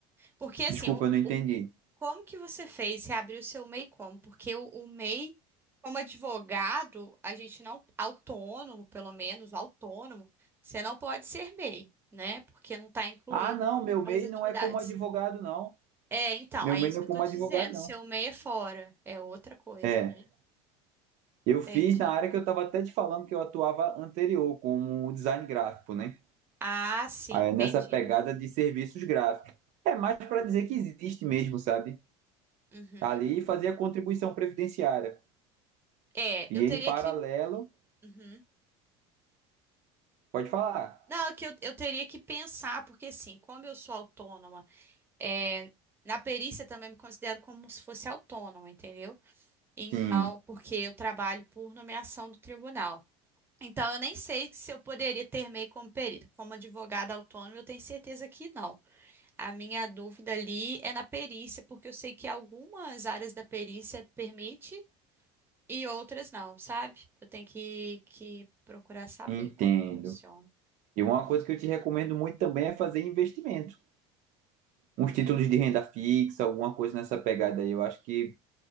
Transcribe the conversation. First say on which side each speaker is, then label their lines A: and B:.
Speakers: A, on the right (about 15°); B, on the right (about 60°).
A: Porque assim,
B: Desculpa,
A: o,
B: eu não entendi.
A: o- como que você fez? Você abriu seu MEI como? Porque o, o MEI, como advogado, a gente não, autônomo, pelo menos, autônomo, você não pode ser MEI, né? Porque não está incluído
B: Ah, não, meu
A: aquelas
B: MEI
A: atividades.
B: não é como advogado, não.
A: É, então,
B: Meu
A: é
B: MEI
A: isso
B: não
A: que
B: é
A: eu
B: como
A: tô te
B: advogado,
A: dizendo.
B: não.
A: Seu MEI é fora, é outra coisa,
B: É.
A: né?
B: Eu
A: Entendi.
B: fiz na área que eu estava até te falando que eu atuava anterior, como design gráfico, né?
A: Ah, sim,
B: Aí,
A: entendi.
B: nessa pegada de serviços gráficos. É mais para dizer que existe mesmo, sabe?
A: Uhum.
B: Ali fazia contribuição previdenciária.
A: É,
B: E
A: eu teria
B: em paralelo,
A: que. Uhum.
B: pode falar.
A: Não, é que eu, eu teria que pensar, porque assim, como eu sou autônoma, é, na perícia também me considero como se fosse autônoma, entendeu? Então,
B: Sim,
A: porque eu trabalho por nomeação do tribunal. Então, eu nem sei se eu poderia ter meio como perito, Como advogada autônoma, eu tenho certeza que não. A minha dúvida ali é na perícia, porque eu sei que algumas áreas da perícia permite E outras não, sabe? Eu tenho que, que procurar saber
B: entendo.
A: como funciona.
B: E uma coisa que eu te recomendo muito também é fazer investimento. Uns títulos de renda fixa, alguma coisa nessa pegada aí. Eu acho que,